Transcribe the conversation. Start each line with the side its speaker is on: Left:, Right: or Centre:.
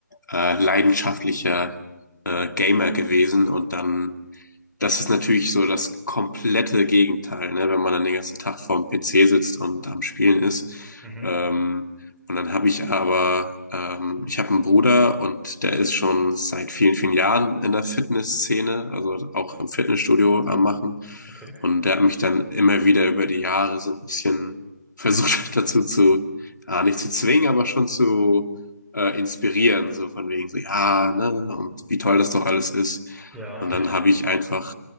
Left: äh, leidenschaftlicher äh, Gamer gewesen und dann das ist natürlich so das komplette Gegenteil, ne? Wenn man dann den ganzen Tag vorm PC sitzt und am Spielen ist.
Centre: Mhm.
Left: Ähm, und dann habe ich aber, ähm, ich habe einen Bruder und der ist schon seit vielen, vielen Jahren in der Fitnessszene, also auch im Fitnessstudio am Machen.
Centre: Okay.
Left: Und der hat mich dann immer wieder über die Jahre so ein bisschen versucht <laughs> dazu zu, ah, nicht zu zwingen, aber schon zu äh, inspirieren, so von wegen so, ja, ne, und wie toll das doch alles ist.
Centre: Ja,
Left: Und
Centre: okay.
Left: dann habe ich einfach,